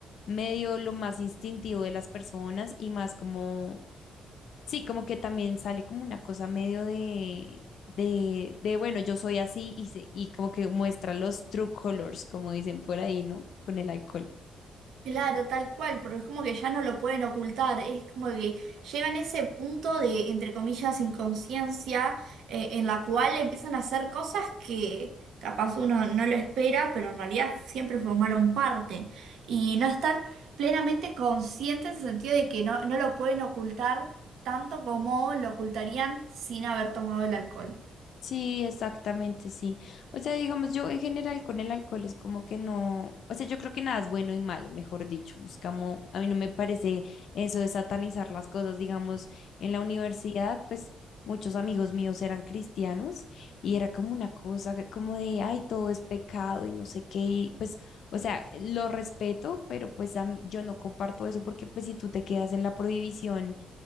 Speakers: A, on the left; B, on the right.
A: medio lo más instintivo de las personas y más como, sí, como que también sale como una cosa medio de, de, de bueno, yo soy así y, se- y como que muestra los true colors, como dicen por ahí, ¿no? Con el alcohol.
B: Claro, tal cual, porque es como que ya no lo pueden ocultar, es como que llegan a ese punto de, entre comillas, inconsciencia, eh, en la cual empiezan a hacer cosas que capaz uno no lo espera, pero en realidad siempre formaron parte y no están plenamente conscientes en el sentido de que no, no lo pueden ocultar tanto como lo ocultarían sin haber tomado el alcohol.
A: Sí, exactamente, sí. O sea, digamos, yo en general con el alcohol es como que no, o sea, yo creo que nada es bueno y malo, mejor dicho. Es como, a mí no me parece eso de satanizar las cosas, digamos, en la universidad, pues muchos amigos míos eran cristianos y era como una cosa que como de, ay, todo es pecado y no sé qué, y pues, o sea, lo respeto, pero pues a mí- yo no comparto eso porque pues si tú te quedas en la prohibición